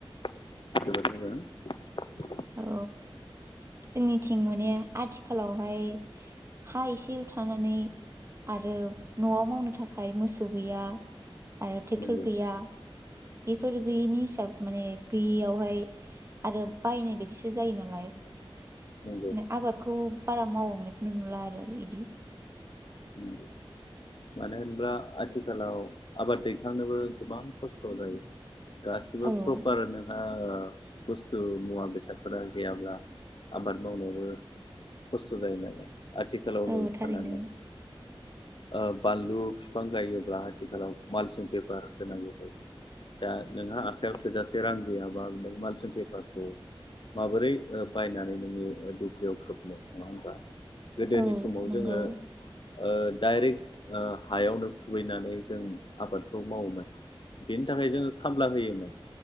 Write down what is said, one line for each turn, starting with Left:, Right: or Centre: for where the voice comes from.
Left: <unintelligible>
Right: औ जोंनिथिं माने आथिखालावहाय हा एसेल थानानै आरो नआव मावनो थाखाय मोसौ गैया आरो ट्रेक्टर
Left: नंगौ
Right: गैया। इफोर गैयिनि हिसाब माने गैयियावहाय आरो बायनाय बायदिसो जायो नालाय
Left: नंगौ
Right: ने आबादखौ बारा मावबांनायखौनो नुला आरो इदि।
Left: नंगौ मानो होनोब्ला आथिखालाव आबाद दैखांनोबो गोबां खस्थ जायो। गासिबो
Right: औ
Left: प्रपार नोङा ओ बुस्थु मुवा बेसादफोरा गैयाब्ला आबाद मावनायावबो खस्थ जायो नालाय। आथिखालाव
Right: औ
Left: नै
Right: थारैनो
Left: साननानै ओ बानलु फिफां गायोब्ला आथिखालाव मालसिं पेपार होनांगौ जायो दा नोंहा आखाइयाव थोजासे रां गैयाबा नों मालसिं पेपारखौ माबोरै बायनानै नोंनि दुब्लियाव खोबनो नङा होमबा। गोदोनि
Right: औ
Left: समाव
Right: नोंगौ।
Left: जोङो ओ डाइरेक्ट ओ हायावनो खुबैनानै जों आबादखौ मावोमोन बेनि थाखाय जोङो खामला होयोमोन।